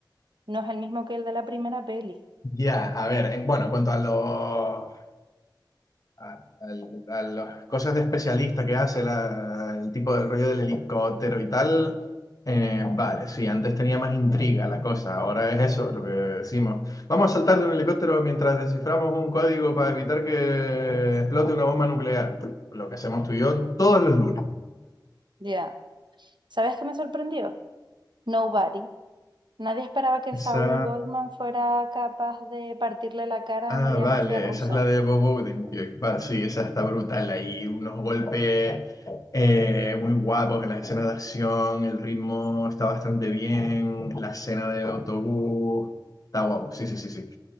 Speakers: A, on the right; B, on the left.
A: no es el mismo que el de la primera peli.
B: Ya, a ver, en, bueno, en cuanto a los a, al- a las cosas de especialista que hace la- el tipo de rollo del helicóptero y tal. eh, vale, sí, antes tenía más intriga la cosa, ahora es eso lo que decimos. Vamos a saltar de un helicóptero mientras desciframos un código para evitar que explote una bomba nuclear. Lo que hacemos tú y yo todos los lunes.
A: Ya. ¿Sabes qué me sorprendió? Nobody. Nadie esperaba que
B: Esa
A: Saúl Goldman fuera capaz de partirle la cara
B: Ah,
A: a media
B: vale,
A: mafia rusa.
B: esa es la de Bob Odenkirk. Vale, sí, esa está brutal. Ahí unos golpes eh, muy guapos en las escenas de acción, el ritmo está bastante bien, la escena del autobús está guapo. Sí, sí, sí, sí.